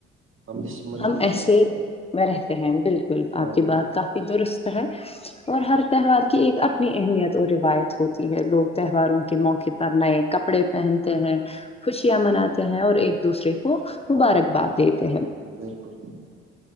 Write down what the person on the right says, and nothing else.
ہم اس ملک
میں
رہتے ہیں
ہاں
جی بالکل